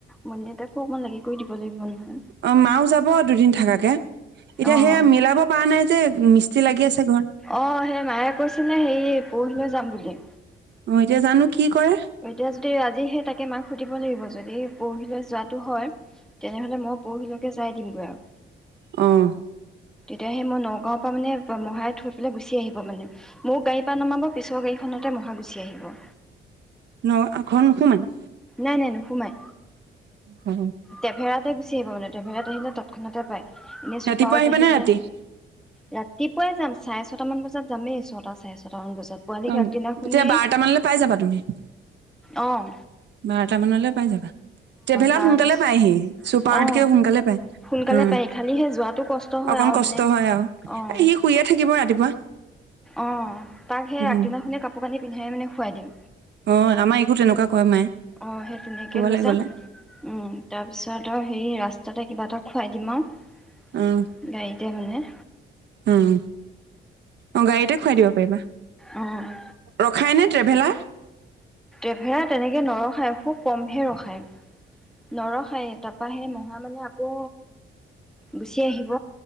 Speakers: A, in the centre; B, on the right.
A: মন্দেউতাকো অকমান লাগি কৈ দিব লাগিব নহয়
B: অ মাও যাব দুদিন থাকাকে এতিয়া
A: অ
B: সেয়া মিলাব পৰা নাই যে মিস্ত্ৰী লাগি আছে ঘৰত
A: অ সেই মায়ে কৈছিলে হে পৰহিলৈ যাম বুলি
B: অ এতিয়া জানো কি কৰে
A: এতিয়া যদি আজি সে তাকে মাক সুধিব লাগিব যদি পৰহিলৈ যোৱাটো হয় তেনেহলে মই পঢ়িলো তে যাই দিমগৈ আৰু
B: অঁ
A: তেতিয়াহে মই ন গৰৱৰ পৰা মানে মহাই থ গুচি আহিব মানে মোক গাড়ীৰ পৰা নমাব পিছৰ গাড়খতে মহাগুচি আহিব
B: ন ঘৰত নোসোমাই
A: নাই নাই নো সোমাই
B: অ
A: তেফেৰাতে চি পাব মে ড্ৰেভালত আহিলে তৎক্ষণতে পায় এনেই চুপাৰত
B: ৰাতিপুৱা আহিবা
A: আহিলে
B: নে ৰাতি
A: ৰাতিপুৱাই যাম চাৰে ছটামান বজাত যামেই ছটা চাৰে ছটামান বজাত। পোৱালিক
B: অ
A: আগদিনাখনেই
B: এতিয়া বাৰটা মানলৈ পাই যাবা তুমি
A: আহ
B: বাৰট মানলৈ পাই যাবা ট্ৰেভেলাৰ
A: তাৰপিছত
B: সোনকালে পায় সি চুপাৰতকেও
A: অঁ
B: সোনকালে পায়
A: সোনকালে
B: উ
A: পাৰি খালি সেই যোৱাটো কষ্ট হয়
B: অকন
A: আৰু
B: কষ্ট
A: মানে
B: হয় আৰু
A: অ',
B: এ সি শুইয়ে থাকিব ৰাতিপুৱা
A: অ তাক সেই
B: উম
A: আগদিনাখনে কাপোৰ কানি পিন্ধাই মানে শুৱাই দিম
B: অ আমাৰ একো তেনেকুৱা কয় মায়ে
A: অ সেই তেনেকে
B: ক'বালৈ
A: লৈ যাম
B: গ'লে
A: উম তাৰপিছত আৰু সেই ৰাস্তাতে কিবা এটা খুৱাই দিমা আও
B: উম
A: গাড়ীতে মানে
B: উম। অ', গাড়ীতে খুৱাই দিব পাৰিবা।
A: অ',
B: ৰখাই নে ট্ৰেভেলাৰ?
A: হে তেনেকৈ নৰখায় খুব কমহে ৰখায় নৰসাইে তপাহে মহা মানে আকৌ গুচি আহিব।